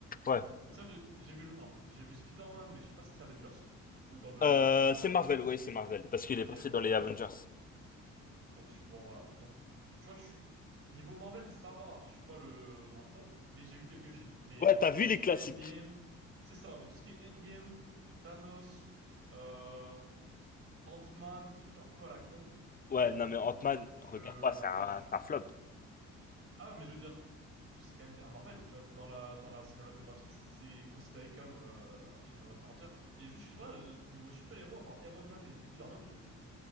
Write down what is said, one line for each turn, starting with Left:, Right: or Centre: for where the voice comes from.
Left: Ouais.
Right: Donc ça, j'ai j'ai vu le 1. J'ai vu Spider-Man, mais je sais pas si c'est Avengers ou dans le
Left: Euh,
Right: truc Marvel.
Left: c'est Marvel, ouais, c'est Marvel, parce qu'il
Right: Ok,
Left: est passé
Right: bah
Left: dans
Right: ok.
Left: les Avengers.
Right: Donc, je- bon, voilà. Donc, tu vois, je suis. Niveau Marvel, ça va. Je suis pas le... un pro, mais j'ai vu quelques films. Mais
Left: Ouais, t'as vu
Right: tout
Left: les
Right: ce qui
Left: classiques.
Right: est Endgame, c'est ça. Mais tout ce qui est Endgame, Thanos, euh, Ant-Man, truc un peu à la con,
Left: Ouais, non, mais Ant-Man,
Right: je.
Left: regarde pas, c'est
Right: Tu
Left: un,
Right: vois, je.
Left: c'est
Right: je-
Left: un flop.
Right: Ah, mais je veux dire, je- c'est quand même un Marvel, tu vois. Dans la, dans la cinématographie, c'est considéré comme euh, un film à part entière. Et juste, je sais pas, euh, niveau super-héros, à part Iron Man et Spider-Man, je...